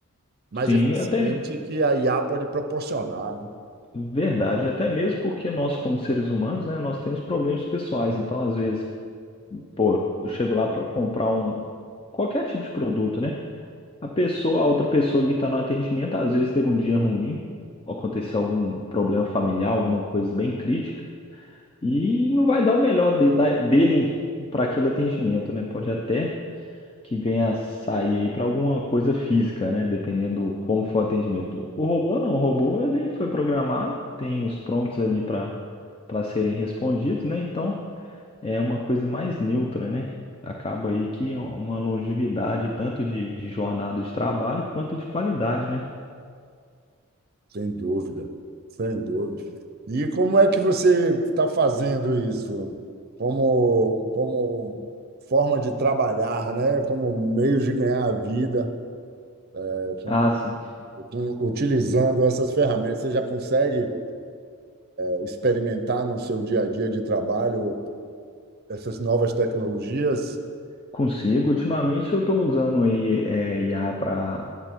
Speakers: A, on the right; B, on the left.
A: mais
B: sim,
A: eficiente,
B: até
A: que a IA pode proporcionar, né?
B: verdade, até mesmo porque nós, como seres humanos, né, nós temos problemas pessoais, então às vezes Pô, eu chego lá para comprar um qualquer tipo de produto, né? A pessoa, a outra pessoa que está no atendimento, às vezes teve um dia ruim, ou aconteceu algum problema familiar, alguma coisa bem crítica, e não vai dar o melhor de- da- dele para aquele atendimento, né? Pode até que venha a sair aí para alguma coisa física, né? Dependendo como for o atendimento. O robô não, o robô ele foi programado, tem os prompts ali para para serem respondidos, né? Então é uma coisa mais neutra, né? Acaba aí que é uma longevidade tanto de, de jornada de trabalho quanto de qualidade, né?
A: Sem dúvida, sem dúvida. E como é que você está fazendo isso? Como, como forma de trabalhar, né? Como meio de ganhar a vida, É, como
B: Ah,
A: é-
B: sim,
A: com- utilizando essas ferramentas, você já consegue é, experimentar no seu dia a dia de trabalho essas novas tecnologias?
B: consigo. Ultimamente eu estou usando aí é, IA para